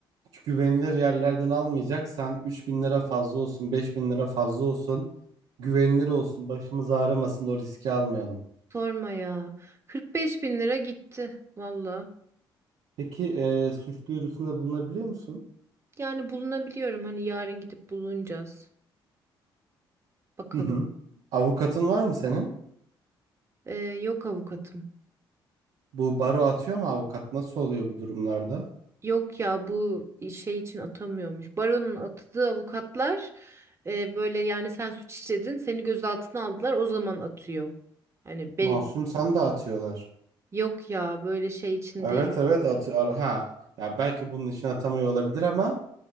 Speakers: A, on the right (about 80°); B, on the right (about 30°).
A: Hiç Güvenilir yerlerden almayacaksan 3000 lira fazla olsun, 5000 lira fazla olsun. Güvenilir olsun, başımız ağrımasın da o riski almayalım.
B: Sorma ya. 45 bin lira gitti valla.
A: Peki eee suç duyurusunda bulunabiliyor musun?
B: Yani bulunabiliyorum hani yarın gidip bulunacağız. Bakalım.
A: Hı hı. Avukatın var mı senin?
B: Ee, yok avukatım.
A: Bu baro atıyor mu avukat? Nasıl oluyor bu durumlarda?
B: Yok ya bu şey için atamıyormuş. Baron'un atadığı avukatlar e, böyle yani sen suç işledin seni gözaltına aldılar o zaman atıyor. Hani be-
A: Masum sen de atıyorlar.
B: yok ya böyle şey için
A: Evet
B: değil.
A: evet atıyor. Ha ya belki bunun için atamıyor olabilir ama